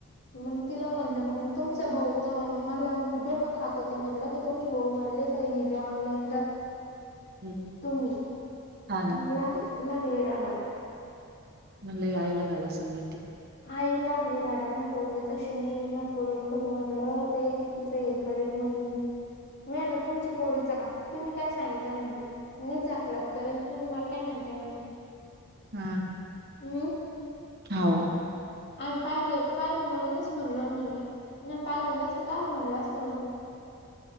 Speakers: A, on the left (about 55°); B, on the right (about 50°).
A: मग तिला म्हणल मग तुमच भाऊ तर मला डोक खात ते म्हणल. का तुमचे भाऊ म्हणले काहिले ऑनलाईन
B: हम्म
A: तुम्ही.
B: हा
A: मग
B: ना
A: लाग लागली रडायला.
B: म्हणलं आईला झाला असल मीटिंग.
A: आई लागली रडायला मय पोरवी तशी नाही मय पोरवील कोणी म्हणल तर एकीच एकीच करेन म्हणे. मी बेन तुमच्या पोरीच का? तुम्ही काय सांगितल म्हटलं. मी जाकलाय करेल. तुम्ही मला काय म्हणतेय म्हणल.
B: हा.
A: ह.
B: हाव.
A: आम्ही पाहिलं पाहिलं म्हणूनच म्हणल आणि म्हणलं ना पाहिलं नसत का म्हणलं असतं म्हणलं.